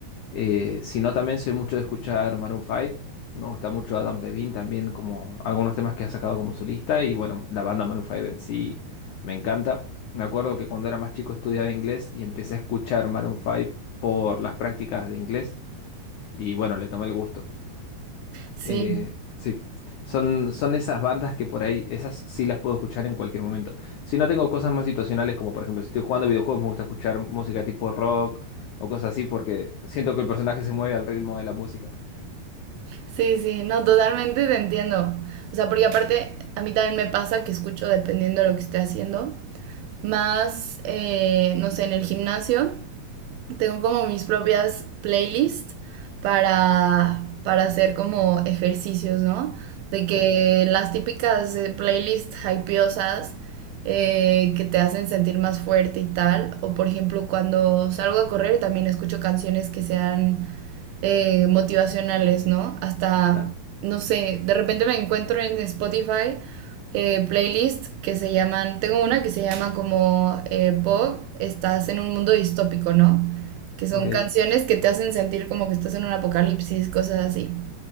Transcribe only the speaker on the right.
Sí,
sí, sí, no, totalmente te entiendo. O sea, porque aparte a mí también me pasa que escucho dependiendo de lo que esté haciendo, más, eh, no sé, en el gimnasio. tengo como mis propias playlists para, para hacer como ejercicios, ¿no? De que
las típicas eh, playlists hypeosas eh, que te hacen sentir más fuerte y tal, o por ejemplo cuando salgo a correr también escucho canciones que sean eh, motivacionales, ¿no? Hasta,
no sé, de repente me encuentro en Spotify eh, playlists que se llaman, tengo una que se llama como eh, Bob, estás en un mundo distópico, ¿no? que son
canciones que te hacen sentir como que estás en un apocalipsis, cosas así.